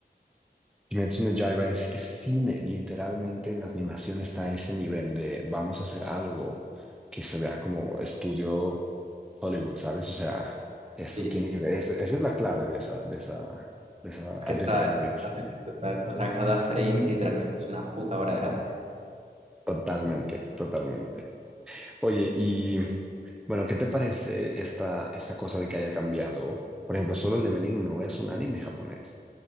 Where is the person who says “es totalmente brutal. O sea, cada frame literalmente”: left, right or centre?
Right